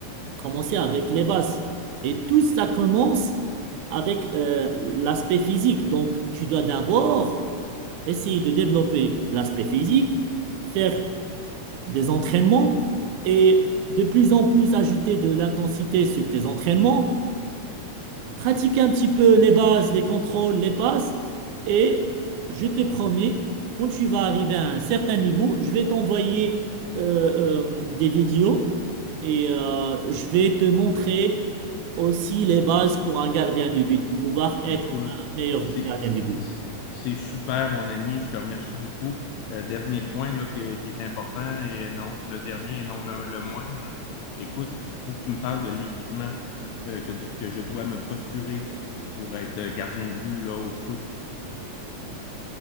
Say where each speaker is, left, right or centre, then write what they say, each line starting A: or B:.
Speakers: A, on the right (about 80°); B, on the left (about 75°).
A: commencer avec les bases. Et tout ça commence avec euh, l'aspect physique. Donc, tu dois d'abord essayer de développer l'aspect physique, faire des entraînements et de plus en plus ajouter de l'intensité sur tes entraînements, pratiquer un petit peu les bases, les contrôles, les passes. Et je te promets, quand tu vas arriver à un certain niveau, je vais t'envoyer euh, euh, des vidéos et euh, je vais te montrer aussi les bases pour un gardien de but, pour pouvoir être
B: Écoute,
A: un meilleur
B: c'est
A: gardien de but.
B: c'est super, mon ami. Je te remercie beaucoup. Euh, dernier point là, que- qui est important et non, le dernier et non le, le moindre. Écoute, il faut que tu me parles de l'équipement euh, que, que je dois me procurer pour être euh, gardien de but là, au foot.